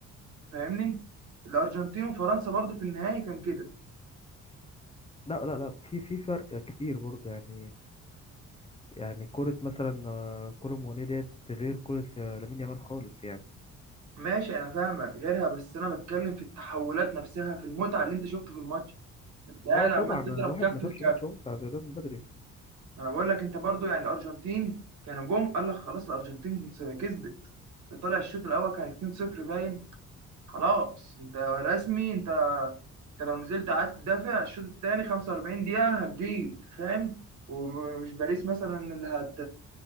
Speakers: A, on the right; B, on the left.
A: فاهمني الارجنتين وفرنسا برضو في النهائي كان كده
B: لا لا لا في في فرق كبير برضه يعني يعني كرة مثلا آه، كولوم وني ديت غير كرة آه، لامين يامال خالص يعني
A: ماشي انا فاهمك غيرها بس انا بتكلم في التحولات نفسها في المتعه اللي انت شفته في الماتش انت قاعد
B: اه طبعا
A: عمال
B: الواحد
A: تضرب كف
B: ما شافش
A: في
B: ماتش
A: كف
B: ممتع زي ده من بدري
A: انا بقول لك انت برضو يعني الارجنتين كانوا جم قال لك خلاص الارجنتين كسبت طلع الشوط الاول كان 2-0 باين خلاص انت رسمي انت انت لو نزلت قعدت تدافع الشوط الثاني 45 دقيقة هتجيب فاهم ومش باريس مثلا اللي هت